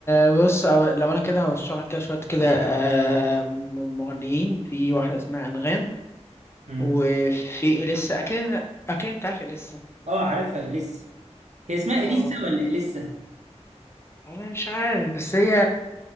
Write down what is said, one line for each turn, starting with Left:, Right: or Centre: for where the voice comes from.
Left: آه بص أو- لو أنا كده هرشح لك كده شوية كده آه م- مغنيين في واحدة اسمها أنغام
Right: مم.
Left: وفي إليسا أكيد أكيد أنت عارف إليسا
Right: اه عارفها إليسا هي اسمها
Left: اه
Right: إليسا ولا إليسا؟
Left: أنا مش عارف بس هي